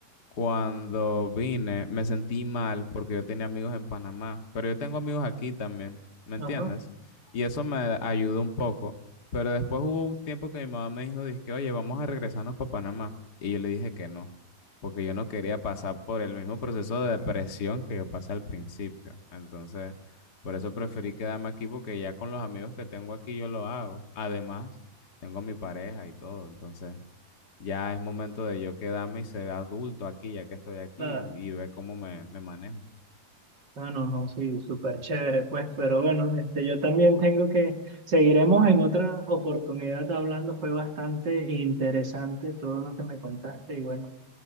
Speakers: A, on the left; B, on the right.
A: Cuando vine, me sentí mal porque yo tenía amigos en Panamá, pero yo tengo amigos aquí también, ¿me entiendes?
B: ajá,
A: Y eso me ayudó un poco. Pero después hubo un tiempo que mi mamá me dijo, dizque, oye, vamos a regresarnos para Panamá. Y yo le dije que no, porque yo no quería pasar por el mismo proceso de depresión que yo pasé al principio. Entonces, por eso preferí quedarme aquí porque ya con los amigos que tengo aquí yo lo hago. Además, tengo a mi pareja y todo, entonces... Ya es momento de yo quedarme y ser adulto aquí, ya que estoy aquí,
B: claro.
A: y, y ver cómo me, me manejo.
B: No, no, no, sí, súper chévere, pues, pero bueno, este, yo también tengo que, seguiremos en otra oportunidad hablando, fue bastante interesante todo lo que me contaste y bueno,